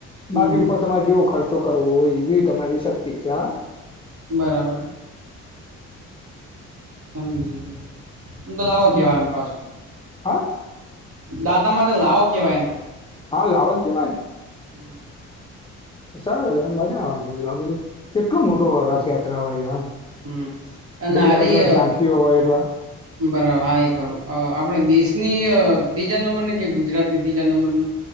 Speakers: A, on the right; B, on the left.
A: હમ
B: બાકી
A: હમ
B: ઉપર તમારે જેવો ખર્ચો કરવો હોય, જેવી તમારી શક્તિ કયા
A: બરાબર. સમજી ગયા. આમ તો લાવો
B: હમ
A: કેવાય એમ પાસ
B: હા?
A: દાતામાં તો લાવો કેવાય એમ.
B: હા લાવ જ કેવાયન.
A: હમ્મ.
B: <unintelligible> મજા આવે છે બધું, આ બધું કેટલું મોટો રથયાત્રા હોય આમ.
A: હમ અને
B: બધી
A: આરી
B: અલગ-અલગ ઝાંખીઓ હોય એટલે
A: બરાબર હા એ ખરું. આપણે દેશની અહ તીજા નંબર ની કે ગુજરાતની તીજા નંબરની?